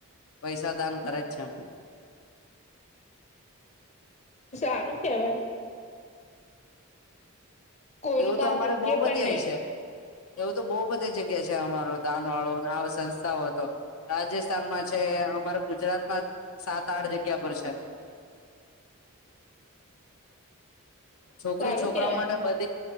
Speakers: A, on the left; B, on the left.
A: પૈસા દાન કરે છે.
B: સારું કેવાય. કોઈનું
A: એવું
B: કામ
A: તો અમારે
B: અટકે
A: બહુ બધી
B: પણ નહી
A: આએ છે. એવું તો બહુ બધી જગ્યા છે અમારો દાન વાળો આવો સંસ્થાઓ તો. રાજસ્થાનમાં છે અમારા ગુજરાતમાં સાત આઠ જગ્યા પર છે. છોકરી
B: સારું
A: છોકરા
B: કેવાય
A: માટે બધ.